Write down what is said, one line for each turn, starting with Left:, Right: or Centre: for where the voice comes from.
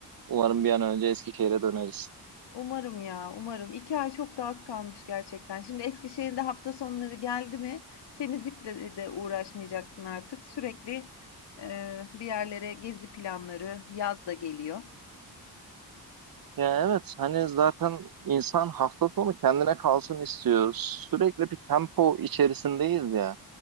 Right: Umarım bir an önce Eskişehir'e döneriz.
Left: Umarım ya, umarım. İki ay çok da az kalmış gerçekten. Şimdi Eskişehir'de hafta sonları geldi mi, temizlikle de uğraşmayacaksın artık. Sürekli e, bir yerlere gezi planları, yaz da geliyor.
Right: Ya evet hani zaten insan hafta sonu kendine kalsın istiyor. Sürekli bir tempo içerisindeyiz ya.